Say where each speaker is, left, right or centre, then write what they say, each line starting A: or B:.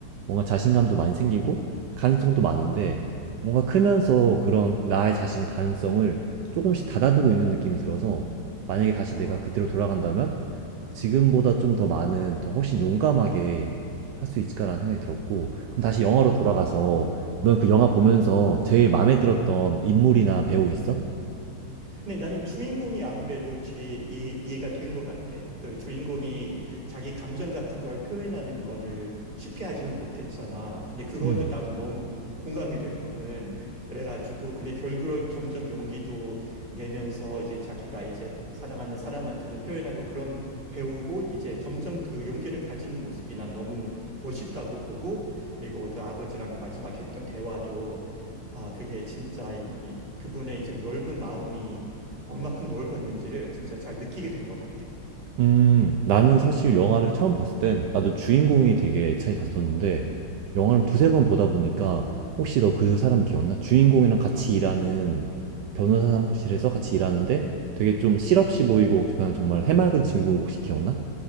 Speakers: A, on the right; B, on the right.
A: 뭔가 자신감도 많이 생기고 가능성도 많은데 뭔가 크면서 그런 나의 자신의 가능성을 조금씩 닫아두고 있는 느낌이 들어서 만약에 다시
B: 아.
A: 내가 그때로 돌아간다면 지금보다 좀 더 많은 더 훨씬 용감하게 할 수 있을까라는 생각이 들었고 그럼 다시 영화로 돌아가서 넌 그 영화 보면서 제일 마음에 들었던 인물이나 배우 있어?
B: 근데 나는 주인공이 아무래도 제일 이해, 이해가 된 것 같아. 그 주인공이 자기 감정 같은 걸 표현하는 거를 쉽게 하지는 못했잖아. 근데 그것도
A: 음.
B: 나도 너무 공감이 됐거든. 그래가지고, 근데 결국은 점점 용기도 내면서 이제 자기가 이제 사랑하는 사람한테도 표현하고 그런 배우고 이제 점점 그 용기를 가지는 모습이 난 너무 멋있다고 보고 그리고 그 아버지랑 마지막 했던 대화도 아, 그게 진짜 이, 이- 그분의 이제 넓은 마음이 얼만큼 넓었는지를 진짜 잘 느끼게 된 것 같아.
A: 음, 나는 사실 영화를 처음 봤을 땐 나도 주인공이 되게 애착이 갔었는데 영화를
B: 음.
A: 두세 번 보다 보니까 혹시 너 그 사람 기억나? 주인공이랑 같이 일하는 변호사 사무실에서 같이 일하는데 되게 좀 실없이 보이고 그냥 정말 해맑은 친구 혹시 기억나?